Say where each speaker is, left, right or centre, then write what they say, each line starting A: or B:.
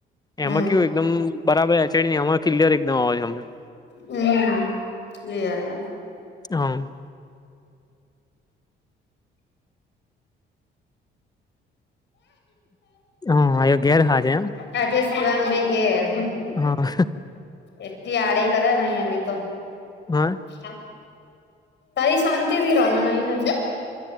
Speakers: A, on the left; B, on the left.
A: હમ
B: એમાં કેવું એકદમ. બરાબર એચડી એમા ક્લિયર એકદમ અવાજ હભળાય
A: હમ કલીયર આવે
B: હમ હા એયો ઘેર હાજ એમ.
A: આજે શીવાંગ ભ ઈ ઘેર
B: હા.
A: એલી આડ કરે નહી અગડી તો.
B: હા.
A: હા. તઈ શાંતિથી રમન ન